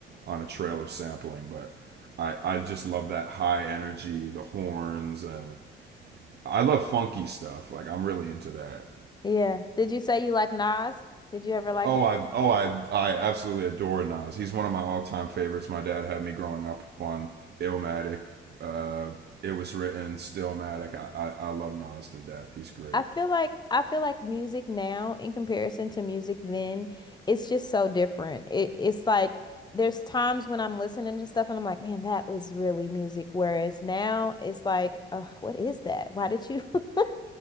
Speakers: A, on the right; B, on the left.
A: on a trail of sampling, but I I just love that high energy, the horns, and I love funky stuff. Like I'm really into that.
B: Yeah. Did you say you like Nas? Did you ever like
A: Oh, I oh I I absolutely adore Nas. He's one of my all-time favorites. My dad had me growing up on Illmatic. Uh, it was written Stillmatic. I, I I love Nas to death. He's great.
B: I feel like I feel like music now in comparison to music then, it's just so different. It it's like there's times when I'm listening to stuff and I'm like, man, that was really music. Whereas now it's like, uh, what is that? Why did you <laughs>